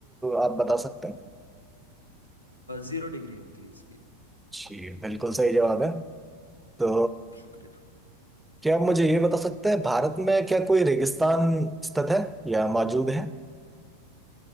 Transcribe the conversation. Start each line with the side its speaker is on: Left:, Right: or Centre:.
Centre: आप बता सकते हैं
Left: जीरो डिग्री होती है इसकी
Centre: जी बिल्कुल सही जवाब है तो
Left: शुक्रिया
Centre: क्या आप मुझे ये बता सकते हैं भारत में क्या कोई रेगिस्तान स्थित है या मौजूद है